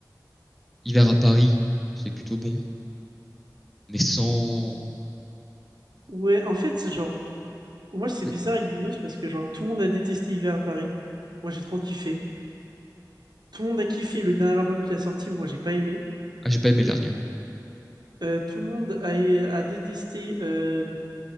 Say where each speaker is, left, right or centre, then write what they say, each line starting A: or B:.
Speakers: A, in the centre; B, on the right.
A: Hiver à Paris, c'est plutôt bon, mais sans.
B: Ouais, en fait, c'est genre, moi, c'est
A: le-
B: bizarre avec Dinos, parce que, genre, tout le monde a détesté Hiver à Paris. Moi, j'ai trop kiffé. Tout le monde a kiffé le dernier album qui a sorti, moi, j'ai pas aimé.
A: Ah, j'ai pas aimé le dernier. hein.
B: Euh, tout le monde a, a détesté euh,